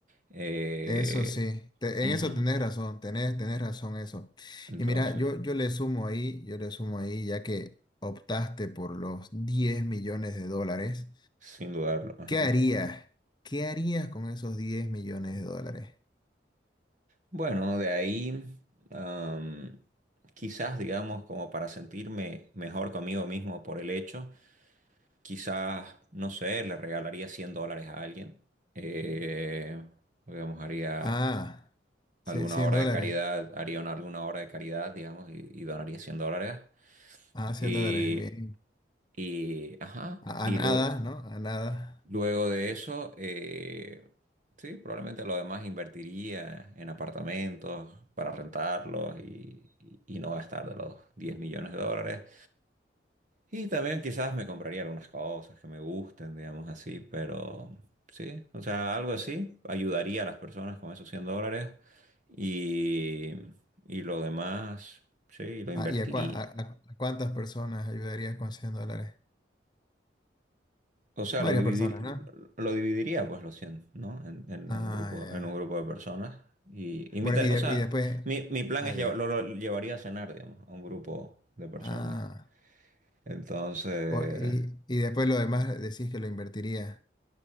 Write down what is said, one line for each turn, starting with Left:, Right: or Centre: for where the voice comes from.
Right: Eh,
Left: Eso sí, te-
Right: ujú,
Left: en eso tenés razón, tenés, tenés razón eso.
Right: Entonces.
Left: Y mira, yo, yo le sumo ahí, yo le sumo ahí, ya que optaste por los 10 millones de dólares,
Right: Sin dudarlo, ajá.
Left: ¿qué harías? ¿Qué harías con esos 10 millones de dólares?
Right: Bueno, de ahí, am, quizás, digamos, como para sentirme mejor conmigo mismo por el hecho, quizás, no sé, le regalaría 100 dólares a alguien. Eh, digamos, haría
Left: Ah, 100
Right: alguna
Left: 100
Right: obra
Left: dólares.
Right: de caridad, haría una- alguna obra de caridad, digamos, y, y donaría 100 dólares.
Left: Ah, 100
Right: Y,
Left: dólares, bien.
Right: y, ajá,
Left: A,
Right: y,
Left: a nada,
Right: lo,
Left: ¿no? A nada.
Right: Luego de eso, eh, sí, probablemente lo demás invertiría en apartamentos para rentarlos y, y- y no gastar de los 10 millones de dólares. Y también quizás me compraría algunas cosas que me gusten, digamos así, pero sí, o sea, algo así ayudaría a las personas con esos 100 dólares y, y lo demás, sí, lo invertiría.
Left: Ah, ¿y a, cua- a- a- a cuántas personas ayudarías con 100 dólares?
Right: O sea,
Left: Varias
Right: lo dividir,
Left: personas, ¿no?
Right: lo dividiría, pues, los 100, ¿no? En, en
Left: Ah,
Right: un grupo,
Left: ya, ya.
Right: en un grupo de personas. Y invitar,
Left: Bueno, y, de-
Right: o sea,
Left: y después...
Right: mi, mi plan
Left: Ah,
Right: es
Left: ya.
Right: llevar- lo, lo llevaría a cenar, digamos, a un grupo de personas.
Left: Ah.
Right: Entonces,
Left: O- y, y después lo demás decís que lo invertiría